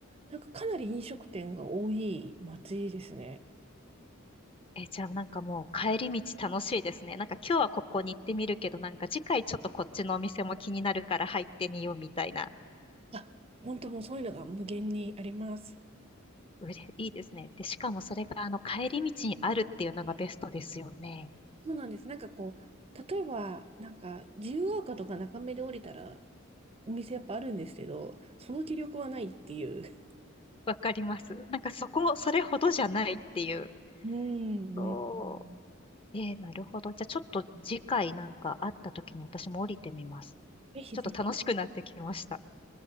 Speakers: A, on the right (about 30°); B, on the left (about 25°).
A: なんかかなり飲食店が多い街ですね。
B: え、じゃあなんかもう帰り道楽しいですね。なんか今日はここに行ってみるけど、なんか次回ちょっとこっちのお店も気になるから入ってみようみたいな。
A: あ、本当もうそういうのが無限にあります。
B: うれいいですね。で、しかもそれがあの帰り道にあるっていうのがベストですよね。
A: そうなんです。なんかこう、例えばなんか自由が丘とか中目で降りたらお店やっぱあるんですけど、その気力はないっていう。
B: わかります。なんかそこ、それほどじゃないっていう。
A: うん、
B: そ
A: うん。
B: う。えー、なるほど。じゃあちょっと次回なんか会った時に私も降りてみます。
A: ぜひぜひ。
B: ちょっと楽しくなってきました。